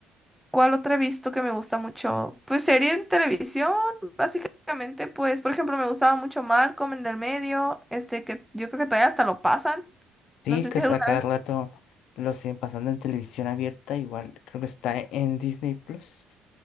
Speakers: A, in the centre; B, on the left.
A: ¿cuál otra he visto que me gusta mucho? Pues series de televisión, básicamente, pues, por ejemplo, me gustaba mucho Malcolm en el medio, este que yo creo que todavía hasta lo pasan.
B: Sí,
A: No sé
B: que
A: si
B: a
A: alguna
B: cada
A: vez.
B: rato lo siguen pasando en televisión abierta, igual creo que está en Disney Plus